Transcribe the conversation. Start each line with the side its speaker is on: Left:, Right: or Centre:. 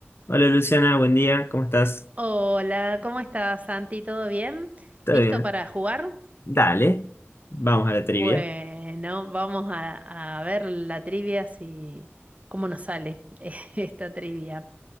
Left: Hola Luciana, buen día, ¿cómo estás?
Right: Hola, ¿cómo estás, Santi? ¿Todo bien?
Left: ¿Todo
Right: ¿Listo
Left: bien?
Right: para jugar?
Left: Dale, vamos a la trivia.
Right: Bueno, vamos a, a ver la trivia si cómo nos sale <laughs> esta trivia.